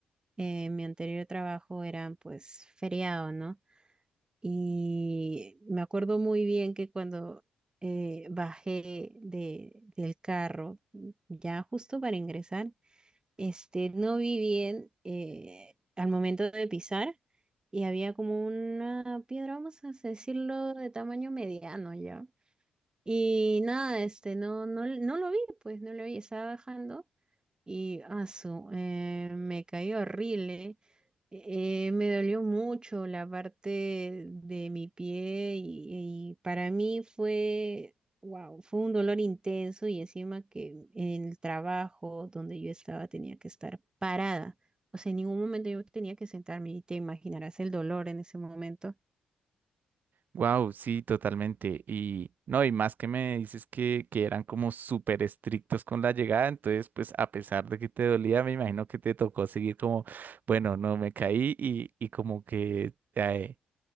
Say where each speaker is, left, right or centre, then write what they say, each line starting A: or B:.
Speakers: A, on the right; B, on the right.
A: eh, en mi anterior trabajo eran pues feriado, ¿no? Y me acuerdo muy bien que cuando eh, bajé de, del carro, ya justo para ingresar, este, no vi bien eh, al momento de pisar y había como una piedra, vamos a decirlo, de tamaño mediano ya. Y nada, este, no, no, no lo vi, pues no lo vi, estaba bajando y asu, eh, me caí horrible. eh, me dolió mucho la parte de mi pie y, y para mí fue, wow, fue un dolor intenso y encima que en el trabajo donde yo estaba tenía que estar parada. O sea, en ningún momento yo tenía que sentarme y te imaginarás el dolor en ese momento.
B: Wow, sí, totalmente. Y no, y más que me dices que, que eran como súper estrictos con la llegada, entonces pues a pesar de que te dolía, me imagino que te tocó seguir como, bueno, no me caí y, y como que... eh,